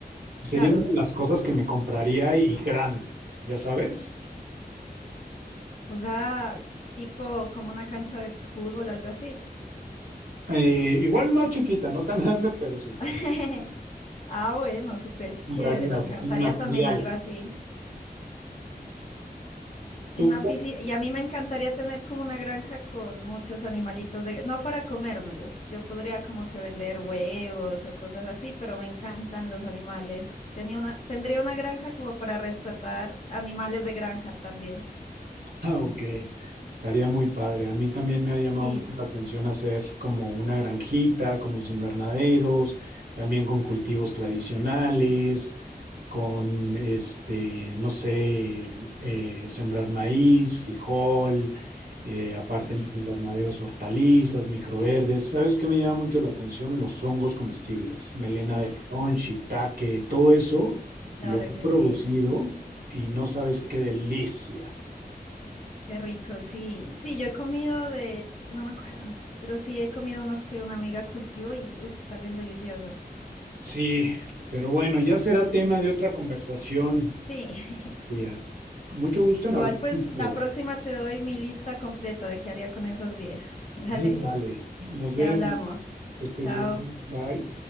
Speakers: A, on the right (about 75°); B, on the left (about 45°).
A: Entonces, sería
B: claro,
A: una de las cosas que me compraría y grande, ya sabes.
B: o sea, tipo como una cancha de fútbol o algo así.
A: Eh, igual más chiquita, no tan grande, pero sí,
B: <laughs> Ah, bueno, súper
A: compraría
B: chévere. Me encantaría
A: pues, sí, material.
B: también algo así. Una
A: ¿Tú
B: piscina. Y a mí me encantaría tener como una granja con muchos animalitos de... No para comérmelos. Yo podría como que vender huevos o cosas así, pero me encantan los animales. Tenía una... Tendría una granja como para rescatar animales de granja también.
A: Ah, ok, estaría muy padre. A mí también me ha llamado
B: Sí.
A: mucho la atención hacer como una granjita con mis invernaderos, también con cultivos tradicionales, con este, no sé, eh, sembrar maíz, frijol, eh, aparte
B: Uf.
A: en mis invernaderos hortalizas, microverdes. ¿Sabes qué me llama mucho la atención? Los hongos comestibles, melena
B: Uf.
A: de león, shiitake, todo eso
B: Claro
A: lo he
B: que
A: producido
B: sí.
A: y no sabes qué delicia.
B: Qué rico, sí. Sí, yo he comido de... No me acuerdo. Pero sí he comido unos que una amiga cultivó y uf, salen deliciosos.
A: Sí, pero bueno, ya será tema de otra conversación,
B: Sí, <laughs>
A: Frida. Mucho gusto
B: igual
A: en hablar
B: pues
A: contigo.
B: la próxima te doy mi lista completa de qué haría con esos 10. <laughs> Dale,
A: <laughs> Vale, nos
B: ya
A: vemos.
B: hablamos.
A: Que estés
B: Chao.
A: bien. Bye.